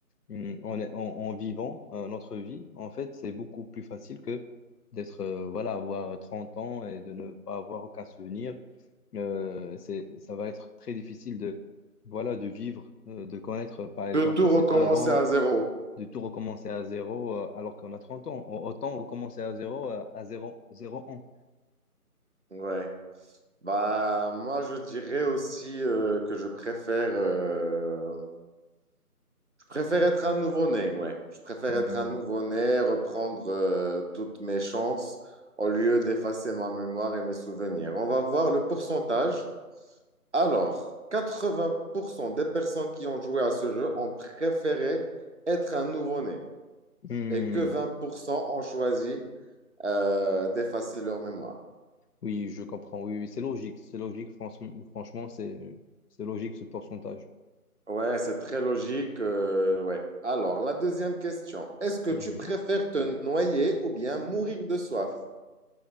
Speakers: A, on the left; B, on the right.
A: euh, en, en- en vivant euh, notre vie. En fait, c'est beaucoup plus facile que d'être, euh, voilà, avoir 30 ans et de ne pas avoir aucun souvenir euh, c'est, ça va être très difficile de, voilà, de vivre, euh, de connaître, par
B: De
A: exemple,
B: tout
A: ses
B: recommencer
A: parents,
B: à zéro.
A: de tout recommencer à zéro, euh, alors qu'on a 30 ans. Au- Autant recommencer à zéro, euh, à zéro, zéro ans.
B: Ouais. Bah, moi, je dirais aussi euh, que je préfère, euh, je préfère être un nouveau-né, ouais. Je préfère
A: Hmm.
B: être un nouveau-né, reprendre euh, toutes mes chances au lieu d'effacer ma mémoire et mes souvenirs. On va voir le pourcentage. Alors, 80% des personnes qui ont joué à ce jeu ont préféré être un nouveau-né
A: Hmm.
B: et que 20% ont choisi euh, d'effacer leur mémoire.
A: Oui, je comprends. Oui, oui, c'est logique. C'est logique, franchement, franchement, c'est, c'est logique ce pourcentage.
B: Ouais, c'est très logique. euh, ouais. Alors, la deuxième question. Est-ce que
A: Mhm.
B: tu préfères te noyer ou bien mourir de soif?